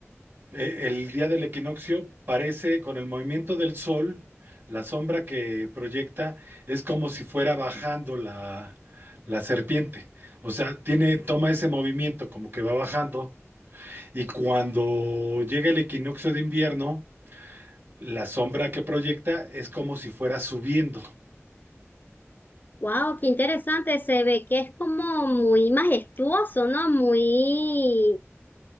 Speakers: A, on the right; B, on the left.
A: Eh, El día del equinoccio parece, con el movimiento del sol, la sombra que proyecta es como si fuera bajando la, la serpiente. O sea, tiene, toma ese movimiento como que va bajando y cuando llega el equinoccio de invierno, la sombra que proyecta es como si fuera subiendo.
B: Wow, qué interesante. Se ve que es como muy majestuoso, ¿no? Muy